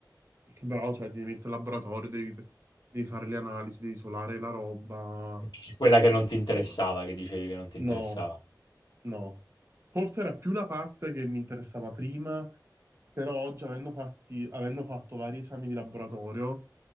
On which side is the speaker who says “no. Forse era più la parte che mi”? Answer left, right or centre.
Right